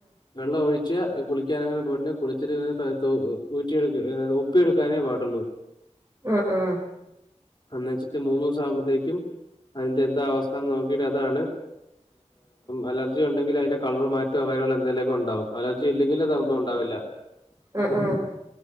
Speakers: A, on the left; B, on the right.
A: വെള്ള- ഉച്ച കുളിക്കാനങ്ങനെ പോയിട്ടണ്ട് കുളിച്ചിട്ട് ഊറ്റിയെടു ഒപ്പിയെടുക്കാനേ പാടുുള്ളൂ
B: ആഹ ആഹ
A: അന്ന് വെച്ചിട്ട് മൂന്ന ദിവസം ആവുമ്പഴത്തേക്കും അതിന്റെ എന്താ അവസ്ഥന്ന് നോക്കിട്ട് അതാണ്- അലർജി ഉണ്ടെങ്കിൽ അതിന്റെ കളർ മാറ്റം ഉപോയോഗ- ഇലൊക്കെ ഉണ്ടാവും അലർജി ഇല്ലെങ്കിൽ അതൊന്നും ഉണ്ടാവില്ല
B: ആഹ്
A: അപ്പം